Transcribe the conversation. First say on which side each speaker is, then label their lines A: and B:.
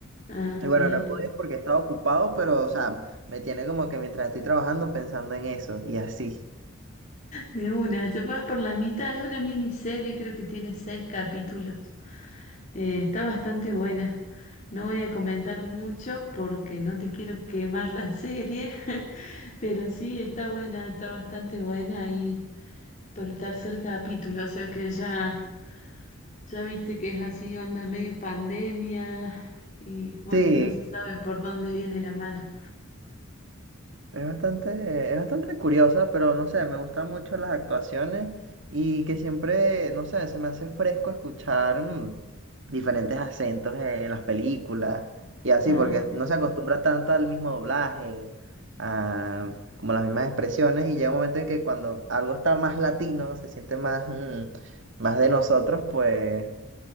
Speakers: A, on the left; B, on the right.
A: Ah,
B: Y bueno,
A: bien.
B: no he podido porque he estado ocupado, pero o sea, me tiene como que mientras estoy trabajando pensando en eso y así.
A: De una, se pasa por la mitad, es una miniserie, creo que tiene seis capítulos. Eh, está bastante buena. No voy a comentar mucho porque no te quiero quemar la serie, <laughs> pero sí, está buena, está bastante buena ahí por el tercer capítulo, o sea que ya... Ya viste que es así, onda medio pandemia y bueno,
B: Sí,
A: no se sabe por dónde viene la mano.
B: Es bastante, es bastante curiosa, pero no sé, me gustan mucho las actuaciones y que siempre, no sé, se me hace fresco escuchar mm, diferentes acentos en las películas y así,
A: Ah,
B: porque no se acostumbra tanto al mismo doblaje, a como las mismas expresiones y llega un momento en que cuando algo está más latino, se siente más, mm, más de nosotros, pues,